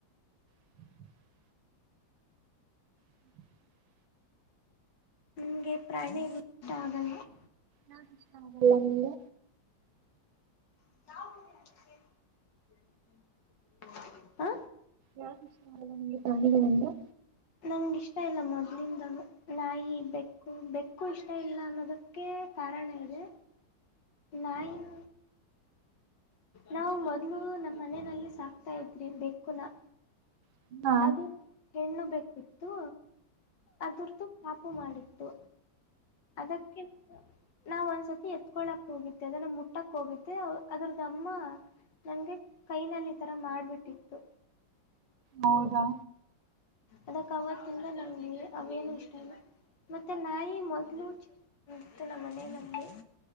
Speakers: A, on the right (about 85°); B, on the left (about 65°).
A: ಹ <inaudible> <inaudible>
B: ನಮಗೆ ಪ್ರಾಣಿ ಇಷ್ಟ ಆಗಲ್ಲ <unintelligible>
A: ಯಾಕ ಇಷ್ಟ ಆಗಲ್ಲ ನಿಂಗ್
B: ನಾೇ <unintelligible> ಹ <unintelligible> ಹಾ
A: ಯಾಕಿಷ್ಟ ಆಗಲ್ಲ ನಿಮಗೆ ಪ್ರಾಣಿಗಳಂದ್ರೆ
B: ನಂ ಇಷ್ಟ ಇಲ್ಲ ಮೊದ್ಲಿಂದ ನಾಯಿ ಬೆಕ್ಕು ಬೆಕ್ಕು ಇಷ್ಟ ಇಷ್ಟ ಇಲ್ಲ ಅನ್ನೋದಕ್ಕೆ ಕಾರಣ ಇದೆ ನೈಯನ್ ನಾವು ಮೊದ್ಲು ನಮ್ಮ ಮನೆಯಲ್ಲಿ ಸಾಕ್ತಾ ಇದ್ರಿ ಬೆಕ್ಕು ನ
A: ಹಾ
B: ಅದು ಹೆಣ್ಣು ಬೆಕ್ಕಯಿತ್ತು ಅದರ್ದು ಪಾಪು ಮಾಡಿತ್ತು ಅದಕ್ಕೆ ನಾವ ಒಂದ್ಸ ಎತ್ಕೊಳ್ಳಕ್ ಹೋಗಿೆ ಅದನ್ನ ಮುಟ್ಟಕ್ ಹೋಗಿದ್ದೇ ಅದ್ರದಮ್ಮ ನನಗೆ ಕೈನಲ್ಲಿ ಈ ಥರ ಮಾಡಿಬಿಟ್ಟಿತ್ತು
A: ಹೌದಾ
B: ಅದಕ್ ಅವತಿಂದ ನಂಗೆ ಅವೇನು ಇಷ್ಟ ಇಲ್ಲ ಮತ್ತೆ ನಾಯಿ ಮೊದಲು ಚಿಕ್ಕದ ಇತ್ತು ನಮ್ಮ ಮನೆನಲ್ಲಿ